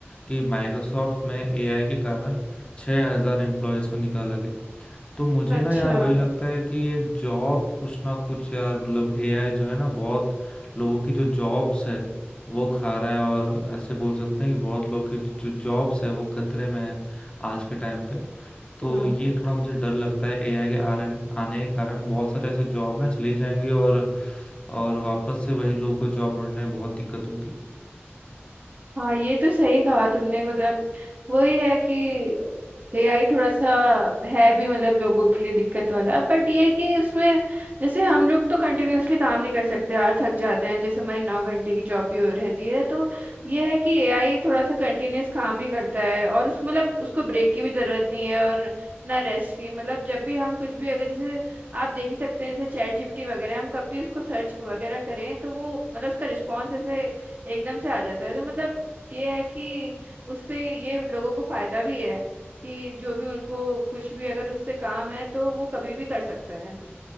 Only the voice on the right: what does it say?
अच्छा
हम्म
हाँ ये तो सही कहा तुमने मतलब वही है कि एआई थोड़ा सा है भी मतलब लोगों के लिए दिक्कत वाला बट ये है कि उसमें जैसे हम लोग तो कंटिन्यूअसली काम नहीं कर सकते यार थक जाते हैं जैसे हमारी नौ घंटे की जॉब भी हो रहती है तो ये है कि एआई थोड़ा सा कंटिन्यूअस काम भी करता है और उसको मतलब उसको ब्रेक की भी जरूरत नहीं है और ना रेस्ट की मतलब जब भी हम कुछ भी अगर जैसे आप देख ही सकते हैं जैसे चैट जीपीटी वगैरह हम कभी उसको सर्च वगैरह करें तो वो मतलब उसका रिस्पॉन्स ऐसे एकदम से आ जाता है तो मतलब ये है कि उससे ये लोगों को फायदा भी है कि जो भी उनको कुछ भी अगर उससे काम है तो वो कभी भी कर सकता है